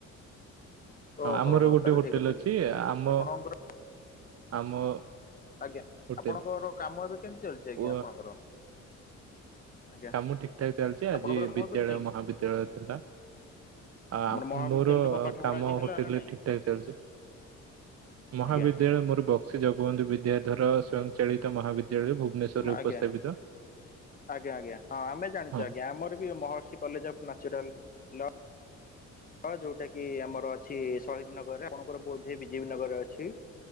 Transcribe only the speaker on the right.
ହଁ ଆମର
ଗୋଟେ
ହୋଟେଲ
ଅଛି। ଆମ
ଆମ
ହୋଟେଲ
ଓ
କାମ ଠିକ ଠାକ ଚାଲିଛି ଆଜି
ବିଦ୍ୟାଳୟ
ମହାବିଦ୍ୟାଳୟ ଥିଲା। ଆ
ମୋର
କାମ
ହୋଟେଲରେ
ଠିକ ଠାକ ଚାଲିଛି। ମହାବିଦ୍ୟାଳୟ
ମୋର ବକ୍ସି ଜଗବନ୍ଧୁ ବିଦ୍ୟାଧର ସ୍ଵୟଂଚାଳିତ ମହାବି ବିଦ୍ୟାଳୟ ଭୁବନେଶ୍ୱରରେ
ଉପସ୍ଥାପିତ।
ହଁ